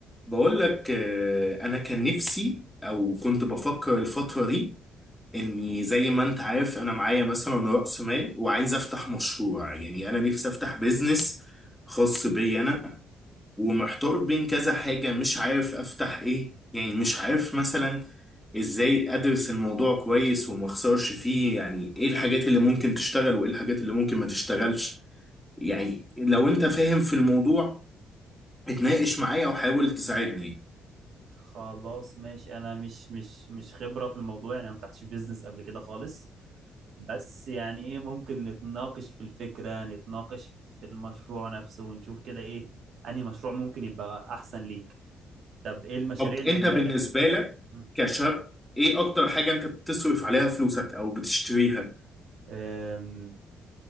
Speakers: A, in the centre; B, on the right (about 65°).
A: بقول لك آه، انا كان نفسي او كنت بفكر الفتره دي اني زي ما انت عارف انا معايا مثلا راس مال وعايز افتح مشروع يعني انا نفسي افتح بيزنس خاص بي انا ومحتار بين كذا حاجه مش عارف افتح ايه يعني مش عارف مثلا ازاي ادرس الموضوع كويس وما اخسرش فيه يعني ايه الحاجات اللي ممكن تشتغل وايه الحاجات اللي ممكن ما تشتغلش يعني
B: مم.
A: لو انت فاهم في الموضوع اتناقش معايا وحاول تساعدني
B: خلاص ماشي انا مش مش مش خبرة في الموضوع يعني انا ما فتحتش بيزنس قبل كده خالص بس يعني ايه ممكن نتناقش في الفكرة نتناقش في المشروع نفسه ونشوف كده ايه انهي مشروع ممكن يبقى احسن ليك طب ايه المشاريع
A: طب
B: اللي
A: انت
B: في دماغك
A: بالنسبه لك
B: مم.
A: كشاب ايه اكتر حاجه انت بتصرف عليها فلوسك او بتشتريها
B: أم،